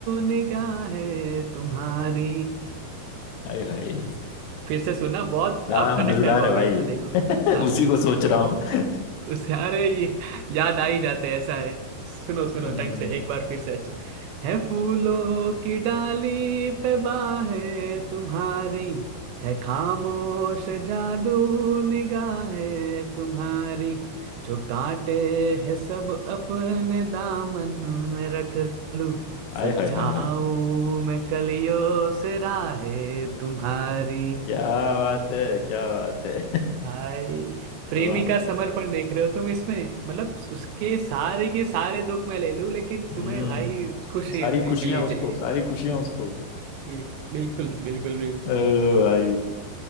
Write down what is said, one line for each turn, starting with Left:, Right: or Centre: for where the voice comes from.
Right: निगाहें तुम्हारी
Left: हाय हाय
Right: फिर से सुनना बहुत
Left: हाँ
Right: आप कनेक्ट
Left: मजेदार
Right: कर पाओगे
Left: है भाई
Right: इसको देखो
Left: <laughs>
Right: हाँ
Left: उसी को सोच रहा हूँ
Right: सारे ये याद आ ही जाते हैं, ऐसा है सुनो सुनो
Left: हाँ,
Right: ढंग से एक बार फिर से अच्छा। है फूलों की डाली पे बाहें तुम्हारी है खामोश जादू निगाहें तुम्हारी जो काटे है सब अपने दामन में रख लूं
Left: हाय
Right: सजाऊं
Left: हाय हाय हाय
Right: मैं कलियों से राहें तुम्हारी
Left: क्या बात है क्या बात है
Right: भाई प्रेमी
Left: <laughs> वाह
Right: का समर्पण देख रहे हो तुम इसमें मतलब उसके सारे के सारे दुख मैं ले लूं लेकिन तुम्हें
Left: हम्म
Right: भाई खुशी
Left: सारी खुशियां
Right: मिलनी
Left: उसको
Right: चाहिए
Left: सारी खुशियां उसको ओ
Right: बिल- बिल्कुल बिल्कुल भी
Left: भाई